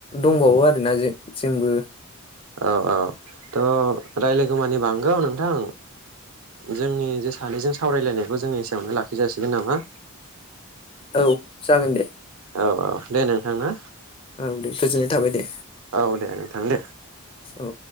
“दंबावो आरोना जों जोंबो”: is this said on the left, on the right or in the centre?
Left